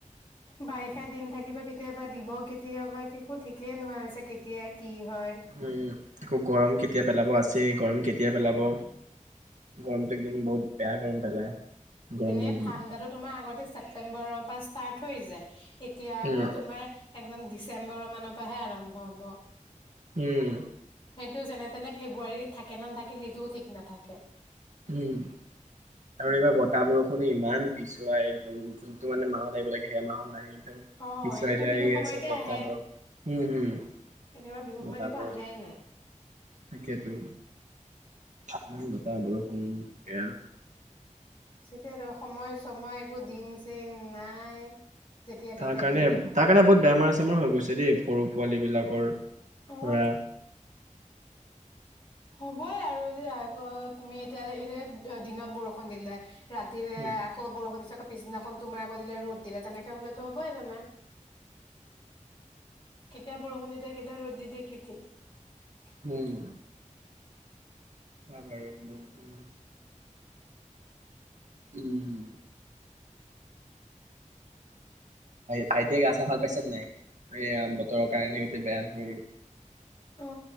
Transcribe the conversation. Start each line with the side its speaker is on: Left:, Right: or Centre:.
Left: বাৰিষা দিন থাকিব কেতিয়াবা দিব কেতিয়াবা একো ঠিকে নোহোৱা হৈছে কেতিয়া কি
Right: <unintelligible>
Left: হয়
Right: <unintelligible> সেই গৰম কেতিয়া পেলাব
Left: উম
Right: <unintelligible> <unintelligible>
Left: এনে ঠাণ্ডাটো
Right: দিন।
Left: তোমাৰ আগতে চেপ্তেম্বৰ ৰ পৰা ষ্টাৰত হৈ যায়। এতিয়া আকৌ
Right: উম
Left: তোমাৰ <unintelligible> চেপ্তেম্বৰ ৰ মানৰ পৰা হে আৰম্ভ, হ'ব
Right: উম
Left: সেইটো যেনে তেনে ফেব্ৰুৱাৰীত থাকে নে নাথাকে সেইটো ঠিক নাথাকে।
Right: উম আৰু এইবাৰ বতাহ বৰষুণ ইমান <unintelligible> একদম যোনটো মানে মাহত আহিব লাগে সেই মাহত নাহিল।
Left: অ
Right: পিছুৱাই
Left: এনেতো
Right: লৈ
Left: বিহু
Right: আহি
Left: সময়তে
Right: আছে বতাহ
Left: আহে
Right: বৰষুণ হম হম
Left: একেবাৰে বিহু সময়ত
Right: বতাহ
Left: একো
Right: বৰষুণ
Left: আহাই নাই
Right: তাকে টো <unintelligible> ইমান বতাহ বৰষুণ গেল।
Left: <unintelligible> সময় চময় একো,, দিন-চিন নাই যেতিয়া
Right: তাৰ
Left: তেতিয়া
Right: কাৰনে
Left: দি দিব
Right: তাৰ কাৰনে বহুত বেমাৰ চেমাৰ হৈ গৈছে দেই <unintelligible>
Left: অ
Right: ধৰা
Left: হবয়ে আৰু দিয়া <unintelligible> দিনত বৰষুণ দিলে ৰাতিলে
Right: উম
Left: আকৌ বৰষুণ দিছে পিছদিনা খন টো তোমাৰ আকৌ ৰ'দ দিলে তেনেকে হ'লে টো হবয়ে বেমাৰ। কেতিয়া বৰষুণ দি দিয়ে কেতিয়া ৰ'দ দি দিয়ে কি থিক। <unintelligible>
Right: উম। <unintelligible> উম ভাইটি য়ে গা-চা ভাল পাইছেনে নাই এয়া বতৰৰ কাৰণে যে বেয়া। <unintelligible>
Left: অ,